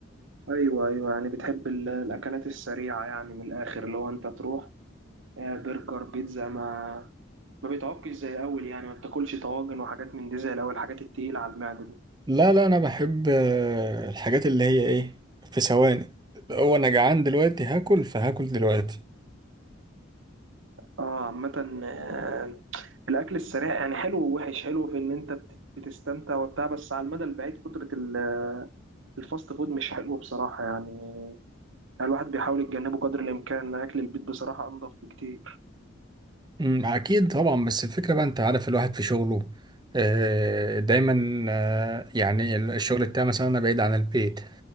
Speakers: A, on the right; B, on the right.
A: ايوه ايوه يعني بتحب ال- الاكلات السريعه يعني من الاخر اللي هو انت تروح آه، برجر بيتزا ما ما بيتعبكش زي الاول يعني ما بتاكلش طواجن وحاجات من دي زي الاول الحاجات التقيله على المعده دي
B: لا لا انا بحب آه، الحاجات اللي هي ايه في ثواني هو انا جعان دلوقتي هاكل فهاكل دلوقتي
A: اه عامه آه، الاكل السريع يعني حلو ووحش حلو في ان انت بت- بتستمتع وبتاع بس على المدى البعيد كتره ال- الفاست فود مش حلو بصراحه يعني يعني الواحد بيحاول يتجنبه قدر الامكان اكل البيت بصراحه انضف بكتير
B: أمم، اكيد طبعا بس الفكرة بقى انت عارف الواحد في شغله آه، دايما آه، يعني الشغل بتاعي مثلا انا بعيد عن البيت